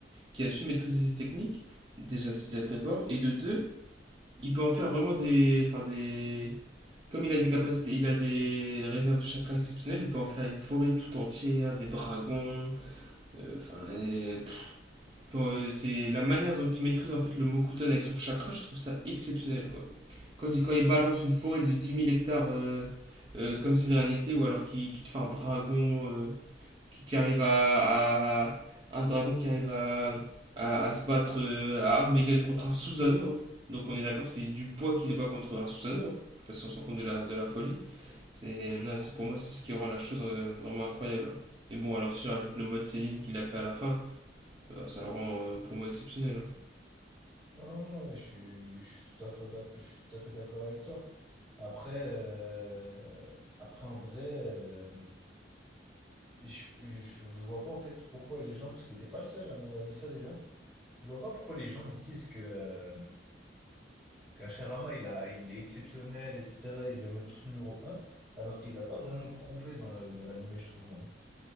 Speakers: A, on the right (about 25°); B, in the centre.
A: qui a su maîtriser ses techniques. Déjà, c'est déjà très fort. Et de deux, il peut en faire vraiment des, enfin des, comme il a des capacités, il a des réserves de chakras exceptionnelles, il peut en faire une forêt tout entière, des dragons. euh, Enfin, et- bon, euh, c'est la manière dont il maîtrise en fait le Mokuton avec son chakra, je trouve ça exceptionnel quoi. Quand il, quand il balance une forêt de dix mille hectares euh, euh, comme si de rien n'était, ou alors qu'il qu'il te fait un dragon euh, qui, qui arrive à, à- Un dragon qui arrive à, à, à se battre euh, à armes égales contre un Susanoo. hein. Donc on est d'accord, c'est du bois qui se bat contre un Susanoo. hein. Je sais si se rend compte de la, de la folie. C'est, ouais, c'est pour moi, c'est ce qui rend la chose euh, vraiment incroyable. hein. Et bon, alors si je rajoute le mode Céline qu'il a fait à la fin, euh, ça le rend euh, pour moi exceptionnel. hein.
B: Non, non, je suis, je suis tout à fait d'ac- je suis tout à fait d'accord avec toi. Après, euh, après en vrai, euh, je, je, je vois pas en fait pourquoi les gens, parce que t'es pas le seul à m'avoir dit ça déjà, je vois pas pourquoi les gens ils disent que, euh, Kachirama, il a, il est exceptionnel, etc. Ils le mettent tous numéro un alors qu'il n'a pas vraiment prouvé dans la- dans l'anime, je trouve, moi.